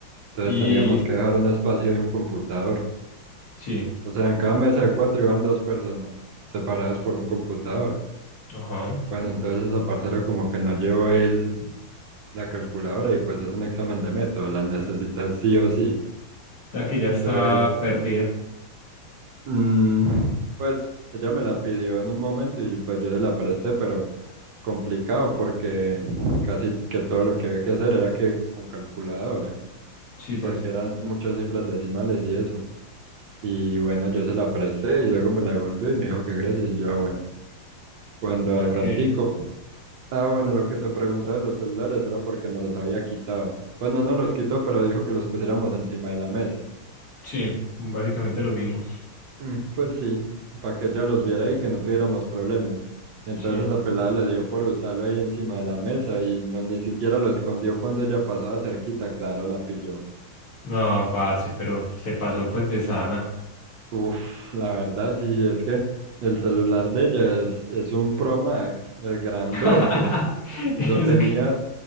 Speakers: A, on the right; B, on the left.
A: Entonces
B: Y
A: teníamos que dejar un espacio y un computador.
B: sí,
A: O sea, en cada mesa de cuatro iban dos personas, separadas por un computador.
B: ajá. O
A: Bueno, entonces esa parcera como que no llevó el, la calculadora y pues es un examen de método, la necesitas sí o sí.
B: sea que ya está
A: Entonces,
B: perdida.
A: mm, pues ella me la pidió en un momento y pues yo le la presté, pero complicado porque casi que todo lo que había que hacer era que con calculadora,
B: Sisas.
A: porque
B: O
A: eran muchas cifras decimales y eso. Y bueno, yo se la presté y luego me la devolvió y me dijo que gracias. y Yo, ah, bueno, cuando
B: sea
A: al ratico,
B: que
A: ah, bueno, lo que te preguntaba de los celulares era porque no los había quitado. Pues no nos los quitó, pero dijo que los pusiéramos encima de la mesa.
B: sí, básicamente lo mismo.
A: Mm, pues sí, para que ella los viera y que no tuviéramos problemas. Y entonces
B: Sí.
A: esa pelada le dio por usarlo ahí encima de la mesa y no ni siquiera lo escondió cuando ella pasaba cerquita, claro, la pilló.
B: No, parce, pero se pasó pues de sana.
A: Uf, la verdad sí, es que el celular de ella es, es un Pro Max, el grandote.
B: <laughs>
A: Y lo
B: Eso
A: tenía,
B: que...